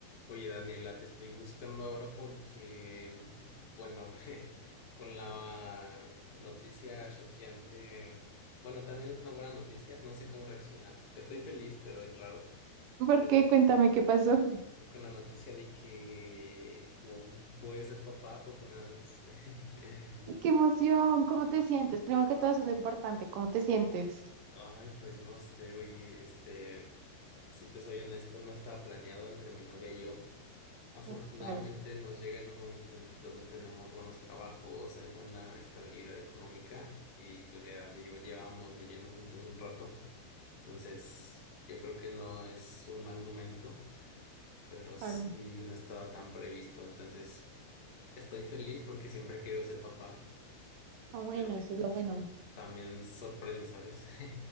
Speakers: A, on the left; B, on the right.
A: Oye, Daniela, te estoy buscando ahora porque, u- bueno, <laughs> con la noticia choqueante, bueno, también es una buena noticia, no sé cómo reaccionar. Estoy feliz, pero es raro.
B: ¿Por
A: Pero
B: qué? Cuéntame qué pasó. <laughs>
A: con la noticia de que vo- voy a ser papá por primera vez. <laughs>
B: ¡Qué emoción! ¿Cómo te sientes? Primero que todo, eso es lo importante. ¿Cómo te sientes?
A: Ay, pues no sé, oye, este, si te soy honesto, no estaba planeado entre mi novia y yo. Afortunadamente
B: Uf, claro,
A: nos llega en un momento en el que los dos tenemos buenos trabajos, hay buena estabilidad económica y pues ya lle- llevamos viviendo juntos un rato. Entonces, yo creo que no es un mal momento, pero sí
B: claro.
A: no estaba tan previsto. Entonces, estoy feliz porque siempre he querido ser papá,
B: Está bueno,
A: pero
B: eso
A: pues,
B: es lo bueno.
A: también sorprende, ¿sabes? <laughs>